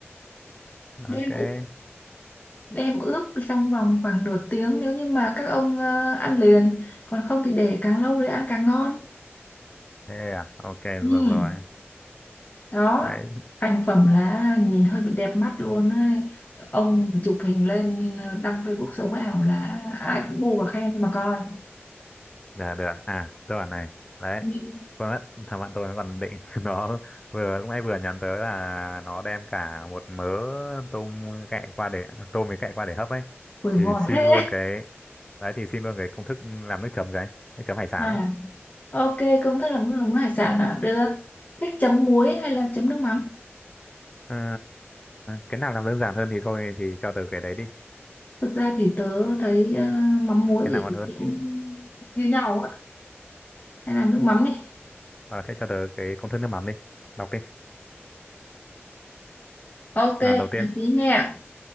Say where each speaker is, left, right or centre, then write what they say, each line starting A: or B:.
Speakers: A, on the left; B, on the left.
A: ok
B: Đêm đem ướp trong vòng khoảng nửa tiếng nếu như mà các ông ờ, ăn liền còn không thì để càng lâu thì ăn càng ngon
A: thế à ok rồi
B: ừ.
A: rồi
B: đó
A: đấy
B: thành phẩm là nhìn hơi bị đẹp mắt luôn ấy. ông mà chụp hình lên ờ, đăng Facebook sống ảo là ai cũng bu và khen nhưng mà coi
A: Dạ được à tôi bảo này đấy
B: ừ.
A: quên mất thằng bạn tôi nó còn định <laughs> nó vừa lúc nãy vừa nhắn tới là nó đem cả một mớ tôm cạy qua để tôm với cạy qua để hấp ấy
B: ui
A: thì
B: ngon
A: xin
B: thế
A: luôn cái đấy thì xin luôn cái công thức làm nước chấm cái nước chấm hải sản
B: à
A: ấy
B: ok công thức làm nước mắm hải sản là được thích chấm muối hay là chấm nước mắm
A: Ờ, cái nào làm đơn giản hơn thì thôi thì cho tớ cái đấy đi
B: thực ra thì tớ thấy ờ, mắm muối
A: cái nào ngon
B: thì
A: hơn
B: cũng như nhau á hay làm nước mắm đi
A: Ờ, thế cho tớ cái công thức nước mắm đi đọc đi
B: Ok,
A: làm đầu tiên
B: chào tí nha.